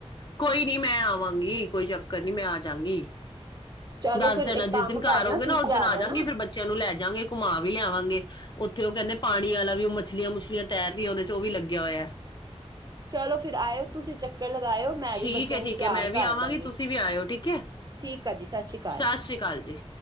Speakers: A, on the left; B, on the right.
A: ਕੋਈ ਨੀ ਮੈਂ ਆਵਾਂਗੀ, ਕੋਈ ਚੱਕਰ ਨੀ ਮੈਂ ਆ ਜਾਂਗੀ।
B: ਚਲੋ
A: ਦੱਸ
B: ਫਿਰ
A: ਦੇਣਾ,
B: ਇੱਕ ਕੰਮ
A: ਜਿਸ ਦਿਨ
B: ਕਰਨਾ
A: ਘਰ ਹੋ ਗੇ ਨਾ
B: ਤੁਸੀਂ
A: ਉਸ ਦਿਨ ਆ
B: ਜਾਣਾ
A: ਜਾਂਗੇ, ਫਿਰ ਬੱਚਿਆਂ ਨੂੰ ਲੈ ਜਾਗੇ, ਘੁਮਾ ਵੀ ਲਿਆਵਾਂਗੇ। ਓਥੇ ਓ ਕੈਂਦੇ ਪਾਣੀ ਵਾਲਾ ਵੀ ਓਹ ਮੱਛਲੀਆਂ ਮੁੱਛਲੀਆਂ ਤੈਰ ਰੀਆਂ, ਓਦੇ ਓ ਵੀ ਲੱਗਿਆ ਹੋਇਆ।
B: ਚਲੋ ਫਿਰ ਆਇਓ ਤੁਸੀਂ, ਚੱਕਰ ਲਗਾਇਓ ਮੈਂ ਵੀ
A: ਠੀਕ
B: ਬੱਚਿਆਂ
A: ਹੈ
B: ਨੂੰ
A: ਠੀਕ
B: ਤਿਆਰ
A: ਹੈ ਮੈਂ ਵੀ
B: ਕਰ
A: ਆਵਾਂਗੀ
B: ਦਾਂਗੀ।
A: ਤੁਸੀਂ ਵੀ ਆਇਓ ਠੀਕ ਹੈ
B: ਠੀਕ ਐ ਜੀ, ਸਤਿ ਸ਼੍ਰੀ ਅਕਾਲ।
A: ਸਤਿ ਸ੍ਰੀ ਅਕਾਲ ਜੀ।